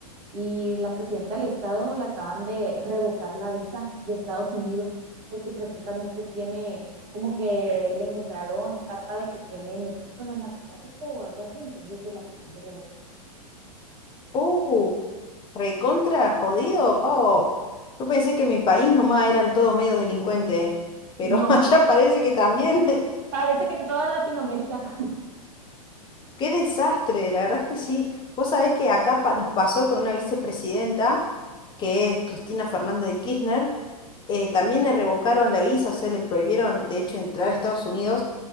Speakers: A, on the right (about 45°); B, on the left (about 25°).
A: y la presidenta del estado le acaban de revocar la visa de Estados Unidos porque presuntamente tiene, como que le encontraron carta de que tiene nexos con el narcotráfico o algo así, entonces se la acaban de revocar.
B: Uh, recontra jodido, Pavo. Yo pensé que en mi país nomás eran todos medios delincuentes, pero
A: No,
B: <laughs> allá parece que también. <laughs>
A: parece que en toda Latinoamérica.
B: Qué desastre, la verdad es que sí. Vos sabés que acá pa- nos pasó con una vicepresidenta, que es Cristina Fernández de Kirchner, eh, también le revocaron la visa, o sea, le prohibieron, de hecho, entrar a Estados Unidos